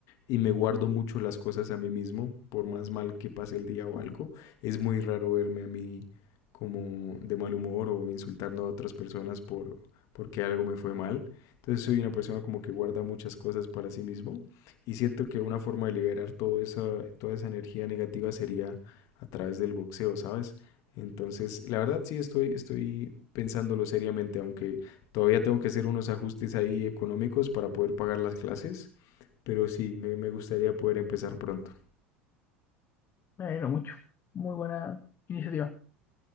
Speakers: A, on the left; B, on the left.
A: y me guardo mucho las cosas a mí mismo, por más mal que pase el día o algo. Es muy raro verme a mí como de mal humor o insultando a otras personas por porque algo me fue mal. Entonces soy una persona como que guarda muchas cosas para sí mismo y siento que una forma de liberar toda esa, toda esa energía negativa sería a través del boxeo, ¿sabes? Entonces, la verdad sí estoy, estoy pensándolo seriamente, aunque todavía tengo que hacer unos ajustes ahí económicos para poder pagar las clases, pero sí, me, me gustaría poder empezar pronto.
B: Bueno, mucho. Muy buena iniciativa.